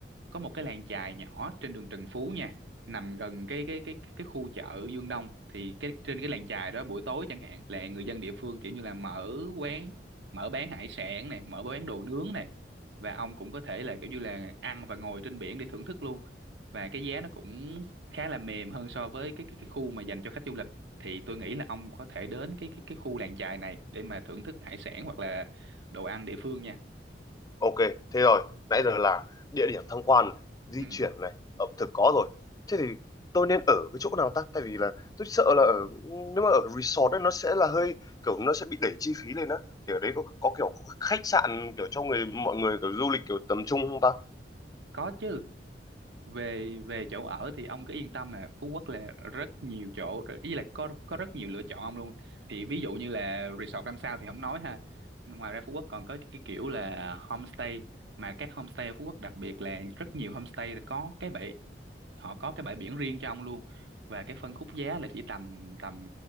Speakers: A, on the right; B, on the left.
A: có một cái làng chài nhỏ trên đường Trần Phú nha nằm gần cái cái cái cái khu chợ Dương Đông thì cái trên cái làng chài đó buổi tối chẳng hạn là người dân địa phương kiểu như là mở quán mở bán hải sản này mở bán đồ nướng này và ông cũng có thể là kiểu như là ăn và ngồi trên biển để thưởng thức luôn và cái giá nó cũng khá là mềm hơn so với cái cái cái khu mà dành cho khách du lịch thì tôi nghĩ là ông có thể đến cái cái cái khu làng chài này để mà thưởng thức hải sản hoặc là đồ ăn địa phương nha
B: Ok, thế rồi, nãy giờ là địa điểm tham quan này, di
A: ừ
B: chuyển này, ẩm thực có rồi. Thế thì tôi nên ở cái chỗ nào ta? Tại vì là tôi sợ là ở nếu mà ở resort ấy, nó sẽ là hơi kiểu nó sẽ bị đẩy chi phí lên á. Thì ở đấy có, có kiểu khách sạn kiểu cho người mọi người kiểu du lịch kiểu tầm trung không ta?
A: có chứ về về chỗ ở thì ông cứ yên tâm là Phú Quốc là rất nhiều chỗ ý là có có rất nhiều lựa chọn ông luôn thì ví dụ như là resort năm sao thì không nói ha ngoài ra Phú Quốc còn có cái cái kiểu là homestay mà các homestay ở Phú Quốc đặc biệt là rất nhiều homestay có cái bể họ có cái bãi biển riêng cho ông luôn và cái phân khúc giá là chỉ tầm tầm